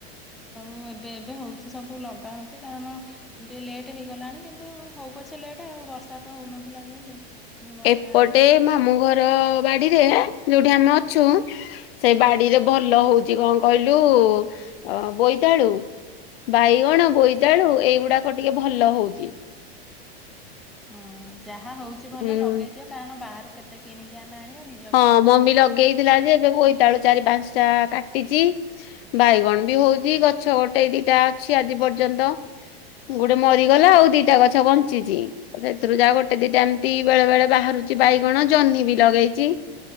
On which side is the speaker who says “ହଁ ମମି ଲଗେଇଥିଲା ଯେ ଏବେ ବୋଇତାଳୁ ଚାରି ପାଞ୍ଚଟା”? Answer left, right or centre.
Left